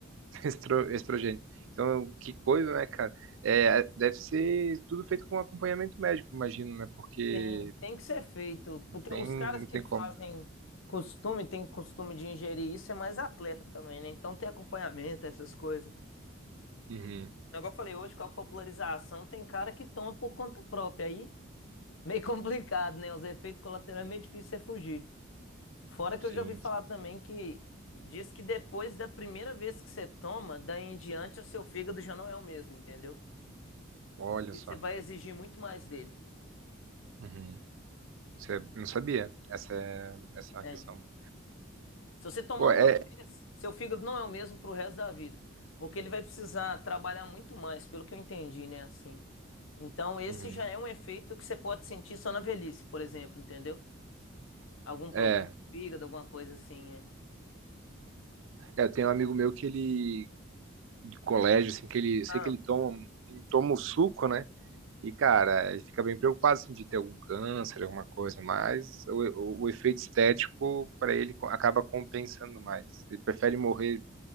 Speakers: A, on the right; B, on the left.
A: <laughs> estro- estrogênio. Então, que coisa, né, cara? É, deve ser tudo feito com acompanhamento médico, imagino, né? Porque
B: sim. Tem que ser feito,
A: não
B: porque
A: tem,
B: os caras
A: não
B: que
A: tem
B: fazem
A: como.
B: costume, tem costume de ingerir isso, é mais atleta também, né? Então tem acompanhamento, essas coisas.
A: Uhum.
B: Agora eu falei, hoje com a popularização, tem cara que toma por conta própria. Aí Meio <laughs> complicado, né? Os efeitos colaterais é meio difícil você fugir. Fora que
A: Sim,
B: eu já ouvi falar
A: sim.
B: também que diz que depois da primeira vez que você toma, daí em diante o seu fígado já não é o mesmo, entendeu?
A: Olha
B: Porque
A: só.
B: você vai exigir muito mais dele.
A: Uhum. Isso é- não sabia. Essa é, essa é uma
B: É.
A: questão.
B: Se você tomar
A: Pô,
B: uma
A: é.
B: vez, seu fígado não é o mesmo pro resto da vida. Porque ele vai precisar trabalhar muito mais, pelo que eu entendi, né? Assim. Então, esse
A: Uhum.
B: já é um efeito que você pode sentir só na velhice, por exemplo, entendeu? Algum problema
A: É.
B: de fígado, alguma coisa assim, é.
A: É, tem um amigo meu que ele, de colégio, assim, que ele, sei
B: Ah,
A: que ele toma, ele toma o suco, né? E, cara, ele fica bem preocupado assim, de ter algum câncer, alguma coisa, mas o, o, o efeito estético para ele co- acaba compensando mais. Ele prefere morrer